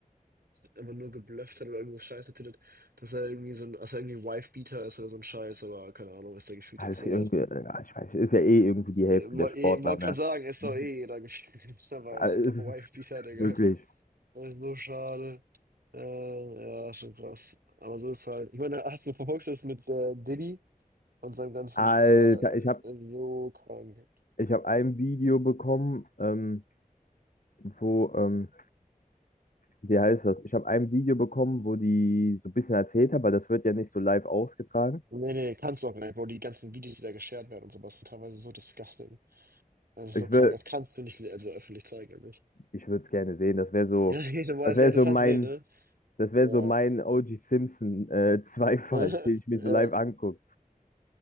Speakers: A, on the right; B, on the left.
A: einfach nur geblufft hat oder irgendwas Scheiße tittet, dass er irgendwie so ein, dass er irgendwie Wife-Beater ist oder so ein Scheiß, aber keine Ahnung, ist der gefühlt
B: Also
A: jetzt. Äh,
B: irgendwie, ja, ich weiß nicht, ist ja eh irgendwie die
A: äh,
B: Hälfte
A: eh,
B: der Sportler,
A: wollte
B: ne?
A: gerade sagen, ist
B: Mhm.
A: doch eh jeder gefühlt, <laughs> aber
B: Also
A: einfach
B: Es
A: Wife-Beater,
B: ist <laughs>
A: Digga.
B: wirklich.
A: Das ist so schade. Äh, ja, schon krass. Aber so ist halt. Ich meine, hast du verfolgst du das mit äh, Diddy? Und seinem ganzen,
B: Alter,
A: äh,
B: ich habe
A: so krank.
B: ich hab ein Video bekommen, ähm, wo, ähm, wie heißt das? Ich habe ein Video bekommen, wo die so ein bisschen erzählt haben, weil das wird ja nicht so live ausgetragen.
A: Nee, nee, kannst du auch nicht, Bro. Die ganzen Videos, die da geshared werden und sowas, sind teilweise so disgusting. Das ist
B: Ich
A: so krank.
B: will,
A: Das kannst du nicht also öffentlich zeigen, eigentlich.
B: ich würde es gerne sehen. Das wäre so,
A: Ja, <laughs> ich weiß, es
B: das wäre
A: wäre interessant
B: so mein,
A: zu sehen, ne?
B: das
A: Aber,
B: wäre so mein OG Simpson äh, <laughs> Zweifall,
A: <laughs> äh,
B: den ich mir so live angucke.